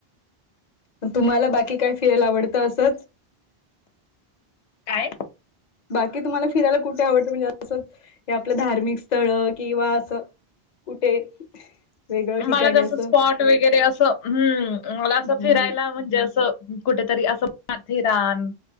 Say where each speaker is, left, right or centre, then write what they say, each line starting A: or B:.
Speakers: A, on the left; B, on the left.
A: तुम्हाला बाकी काय फिराला आवडतं असंच
B: काय?
A: बाकी तुम्हाला फिरायला कुठे आवडत, म्हणजे असं हे आपलं धार्मिक स्थळ किंवा असं कुठे? वेगळं ठिकाणी
B: मला जास्त
A: असं
B: स्पॉट वगैरे असं हम्, मला असं
A: हम्म
B: फिरायला म्हणजे असं कुठेतरी असं माथेरान